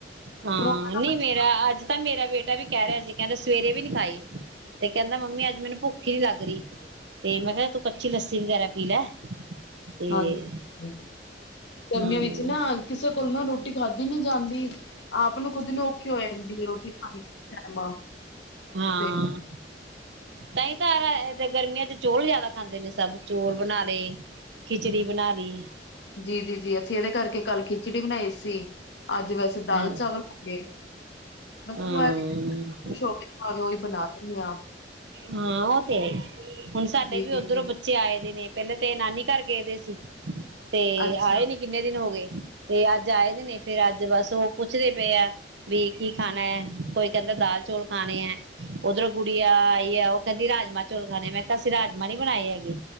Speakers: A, on the right; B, on the left.
A: ਹਾਂ
B: ਕਰੋਨਾ ਦਾ
A: ਨਹੀਂ
B: ਬੱਚਾ
A: ਮੇਰਾ ਅੱਜ ਤਾਂ ਮੇਰਾ ਬੇਟਾ ਵੀ ਕਹਿ ਰਿਹਾ ਸੀ ਕਹਿੰਦੇ ਸਵੇਰੇ ਵੀ ਨੀ ਖਾਈ ਤੇ ਕਹਿੰਦਾ ਮੰਮੀ ਅੱਜ ਮੈਨੂੰ ਭੁੱਖੀ ਨੀ ਲੱਗ ਰਹੀ ਤੇ ਮੈਂ ਕਿਹਾ ਤੂੰ ਕੱਚੀ ਲੱਸੀ ਵਗੈਰਾ ਪੀ ਲੈ, ਤੇ
B: ਹਾਂਜੀ ਗਰਮੀਆਂ
A: ਹਮ
B: ਵਿੱਚ ਨਾ ਕਿਸੇ ਕੋਲ ਨਾ ਰੋਟੀ ਖਾਧੀ ਨੀ ਜਾਂਦੀ। ਆਪ ਨੂੰ ਖੁਦ ਨੂੰ ਔਖੀ ਹੋ ਜਾਂਦੀ ਹੈ ਰੋਟੀ ਖਾਣੀ <unintelligible>
A: ਹਾਂ,
B: ਤੇ
A: ਤਾਂ ਤਾਂ ਯਾਰ ਗਰਮੀਆਂ ਚ ਚੋਲ ਜ਼ਿਆਦਾ। ਖਾਂਦੇ ਨੇ ਸਭ ਚੋਲ ਬਣਾ ਲਏ। ਖਿਚੜੀ
B: ਹੂੰ,
A: ਬਣਾ ਲਈ।
B: ਜੀ ਜੀ ਜੀ ਇਹਦੇ ਕਰਕੇ ਕੱਲ ਖਿਚੜੀ ਬਣਾਈ ਸੀ। ਅੱਜ ਵੈਸੇ ਦਾਲ
A: ਹਮ
B: ਚਾਵਲ ਹੋ ਗਏ ਬਸ
A: ਹਾਂ
B: ਖੁਸ਼ ਹੋ ਖਾਵੇ ਔਹੀ, ਬਣਾ ਦਿੰਨੀ ਆ।
A: ਹਾਂ ਉਹ ਤੇ ਹੈ ਹੀ ਹੁਣ ਸਾਡੇ
B: ਜੀ,
A: ਵੀ
B: ਜੀ,
A: ਉੱਧਰੋਂ
B: ਜੀ
A: ਬੱਚੇ ਆਏ ਦੇ ਨੇ, ਪਹਿਲਾਂ ਤੇਰੇ ਨਾਨੀ ਘਰ ਗਏ ਦੇ ਸੀ। ਤੇ
B: ਅੱਛਾ,
A: ਆਏ ਨੀ ਕਿੰਨੇ ਦਿਨ ਹੋ ਗਏ। ਤੇ ਅੱਜ ਆਏ ਦੇ ਨੇ ਫਿਰ ਅੱਜ ਬਸ ਉਹ ਪੁੱਛਦੇ ਪਏ ਆ ਵੀ ਕੀ ਖਾਣਾ ਹੈ ਕੋਈ ਕਹਿੰਦਾ ਦਾਲ ਚੌਲ ਖਾਣੇ ਹੈ ਉਧਰੋਂ ਗੁੜੀਆ ਆਈ ਉਹ ਕਹਿੰਦੀ ਰਾਜਮਾਂ ਚੌਲ ਖਾਣੇ ਮੈਂ ਕਿਹਾ ਤਾਂ ਅਸੀਂ ਰਾਜਮਹ ਨੀ ਬਣਾਏ ਹੈਗੇ